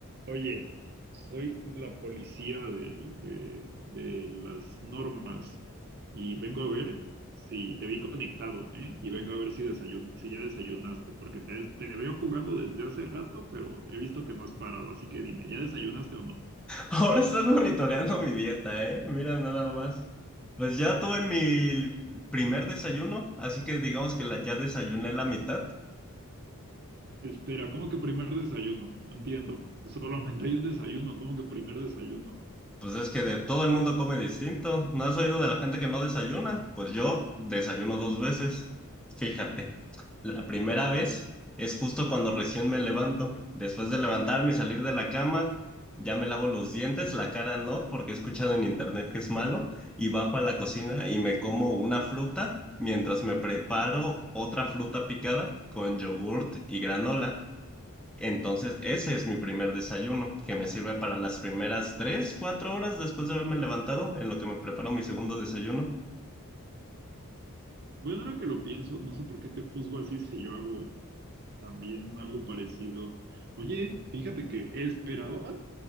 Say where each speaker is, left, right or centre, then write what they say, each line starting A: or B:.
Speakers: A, on the right; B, in the centre.
A: Oye, soy la policía del- de, de las normas y vengo a ver si te vi conectado, ¿eh? Y vengo a ver si desayun- si ya desayunaste, porque te, te veo jugando desde hace rato, pero he visto que no has parado, así que dime, ¿ya desayunaste o no?
B: Ahora estás monitoreando mi dieta, ¿eh? Mira nada más. Pues ya tuve mi primer desayuno, así que digamos que la, ya desayuné la mitad.
A: Espera, ¿cómo que primer desayuno? No entiendo. Solamente hay un desayuno, ¿cómo que primer desayuno?
B: Pues es que de todo el mundo come distinto. ¿No has oído de la gente que no desayuna? Pues yo desayuno dos veces. Fíjate, la primera vez es justo cuando recién me levanto. Después de levantarme y salir de la cama, ya me lavo los dientes, la cara no, porque he escuchado en internet que es malo, y bajo a la cocina y me como una fruta mientras me preparo otra fruta picada con yogurt y granola. Entonces, ese es mi primer desayuno, que me sirve para las primeras tres, cuatro horas después de haberme levantado, en lo que me preparo mi segundo desayuno.
A: Bueno, ahora que lo pienso, no sé por qué te juzgo así si yo hago también algo parecido. Oye, fíjate que esperaba